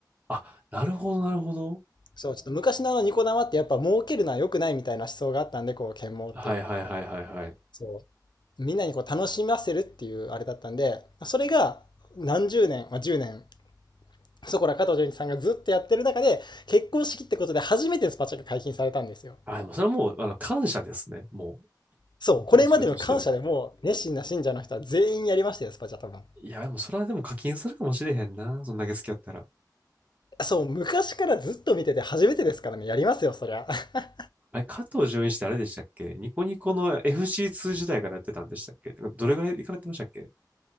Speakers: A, on the right; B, on the left.
A: あ、なるほど、なるほど。
B: そう、ちょっと昔のあのニコ生ってやっぱ儲けるのは良くないみたいな思想があったんで、こう、剣網っていう。
A: はいはいはいはいはい。
B: そう。みんなにこう楽しませるっていうあれだったんで、それが何十年、まあ、10年、そこら加藤純一さんがずっとやってる中で、結婚式ってことで初めてスパチャが解禁されたんですよ。
A: あ、でもそれはもう、あの、感謝ですね。も
B: そう、
A: う、
B: これまでの感謝でも、
A: モチベとしては。
B: 熱心な信者の人は全員やりましたよ、スパチャ多分。
A: いや、でもそれはでも課金するかもしれへんな。そんだけ好きやったら。
B: そう、昔からずっと見てて初めてですからね、やりますよ、そりゃ。<laughs>
A: あれ、加藤純一ってあれでしたっけニコニコの FC2 時代からやってたんでしたっけてかどれぐらい行かれてましたっけ